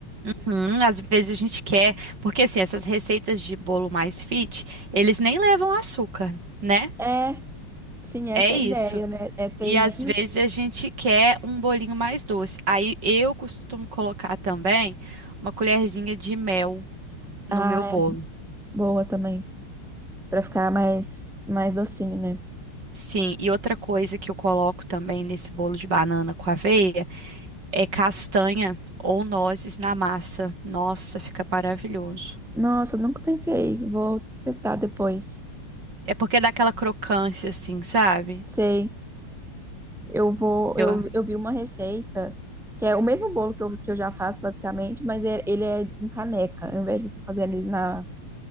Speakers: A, on the right; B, in the centre.
A: Hum, às vezes a gente quer, porque assim, essas receitas de bolo mais fit, eles nem levam açúcar, né?
B: É, sim, essa
A: É isso.
B: é a ideia, né? É ter
A: E
B: menos.
A: às vezes a gente quer um bolinho mais doce. Aí eu costumo colocar também uma colherzinha de mel no
B: Ah,
A: meu bolo.
B: é boa também. Pra ficar mais, mais docinho, né?
A: Sim, e outra coisa que eu coloco também nesse bolo de banana com aveia é castanha ou nozes na massa. Nossa, fica maravilhoso.
B: Nossa, eu nunca pensei. Vou testar depois.
A: É porque dá aquela crocância assim, sabe?
B: Sei. Eu vou.
A: Eu...
B: Eu, eu vi uma receita que é o mesmo bolo que eu, que eu já faço, basicamente, mas é- ele é em caneca. Ao invés de você fazer ele na,